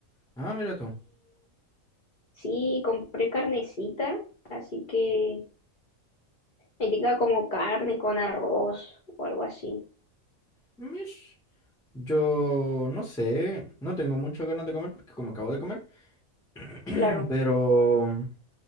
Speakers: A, in the centre; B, on the left (about 50°).
A: Ah, mira tú.
B: Sí, compré carnecita, así que ahí tenga como carne con arroz o algo así,
A: Mish. Yo no sé, no tengo muchas ganas de comer porque como acabo de comer, <clears throat>
B: claro.
A: pero...